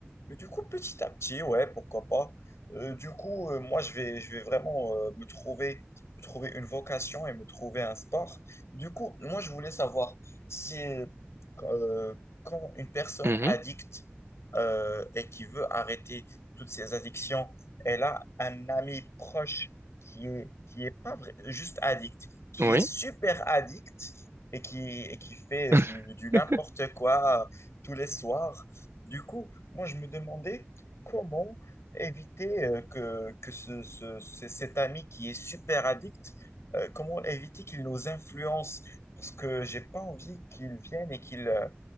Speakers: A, on the left (about 70°); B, on the right (about 65°).
A: Mais du coup, petit à petit, ouais, pourquoi pas. Euh, du coup, euh, moi, je vais, je vais vraiment euh, me trouver, me trouver une vocation et me trouver un sport. Du coup, moi, je voulais savoir si euh, euh, quand une personne
B: Mhm.
A: addicte euh, et qui veut arrêter toutes ses addictions, elle a un ami proche qui est, qui est pas vrai- juste addict, qui
B: Oui,
A: est super addict et qui, et qui fait
B: <laughs>
A: du, du n'importe quoi euh, tous les soirs. Du coup, moi, je me demandais comment éviter euh, que, que ce, ce- ce- cet ami qui est super addict, euh, comment éviter qu'il nous influence, parce que j'ai pas envie qu'il vienne et qu'il euh,